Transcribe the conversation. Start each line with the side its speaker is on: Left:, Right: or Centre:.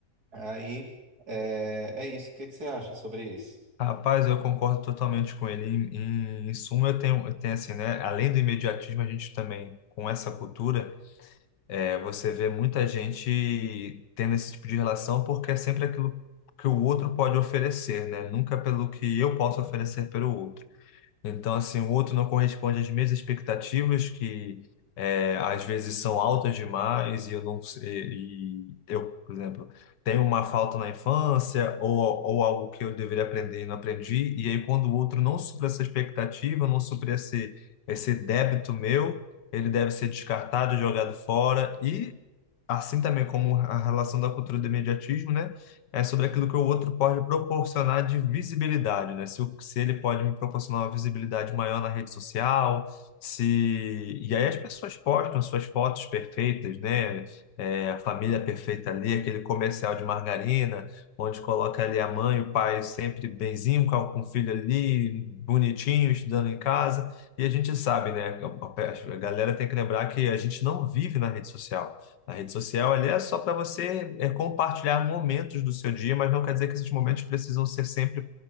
Right: Aí é, é isso. O que que você acha sobre isso?
Left: Rapaz, eu concordo totalmente com ele. Em, em, em suma, eu tenho, eu tenho assim, né? Além do imediatismo, a gente também, com essa cultura, é, você vê muita gente tendo esse tipo de relação porque é sempre aquilo que o outro pode oferecer, né? Nunca pelo que eu posso oferecer pelo outro. Então, assim, o outro não corresponde às minhas expectativas, que é, às vezes são altas demais e eu não sei, e eu, por exemplo, tenho uma falta na infância ou, ou algo que eu deveria aprender e não aprendi, e aí quando o outro não supra essa expectativa, não supra esse, esse débito meu, ele deve ser descartado, jogado fora, e assim também como a relação da cultura do imediatismo, né, é sobre aquilo que o outro pode proporcionar de visibilidade, né, se, o- se ele pode me proporcionar uma visibilidade maior na rede social, se... E aí as pessoas postam suas fotos perfeitas, né, é, a família perfeita ali, aquele comercial de margarina, onde coloca ali a mãe, o pai sempre benzinho com com o filho ali, bonitinho, estudando em casa, e a gente sabe, né, a a- a galera tem que lembrar que a gente não vive na rede social, a rede social ali é só para você é, compartilhar momentos do seu dia, mas não quer dizer que esses momentos precisam ser sempre